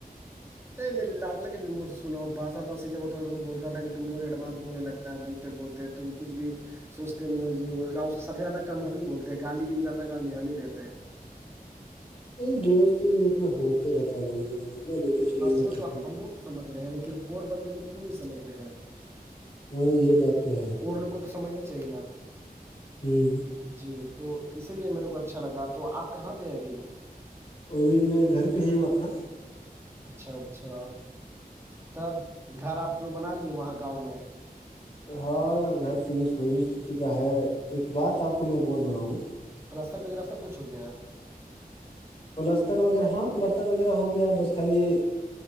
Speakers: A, on the right; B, on the left.
A: نہیں میرے لاڈلا لگے مو باسا باسی جب ہوتا تھا تو بولتا تھا کہ تم بہت ایڈوانس بولنے لگتا ہے بولتے بولتے تم کچھ بھی سوچتے نہیں ہو یہ سب سے زیادہ کم ہم ہی بولتے ہیں گالی بھی زیادہ کم ہی ہم ہی دیتے ہیں
B: ارے دوستی میں اتنا ہوتے رہتا ہے بھیا اتنا لے کے چلو گئے
A: وہ
B: تو
A: ہم لوگ سمجھ رہے ہیں لیکن اور بند لوگ کیوں نہیں سمجھ رہے ہیں
B: ہاں یہ بات تو ہے
A: اور لوگ کو تو سمجھنا چاہیے نا
B: ہوں
A: جی تو اسی لیے میرے کو اچھا لگا تو آپ کہاں پہ ابھی
B: ابھی میں گھر پہ ہی ہوں اپنا
A: اچھا اچھا تب گھر آپ لوگ بنا لیے وہاں گاؤں میں
B: ہاں گھر فنش ہو ہی چکا ہے ایک بات آپ کو میں بول رہا ہوں
A: پلستر وغیرہ سب کچھ ہو گیا
B: پلستر وغیرہ ہاں پلستر وغیرہ ہو گیا بس خالی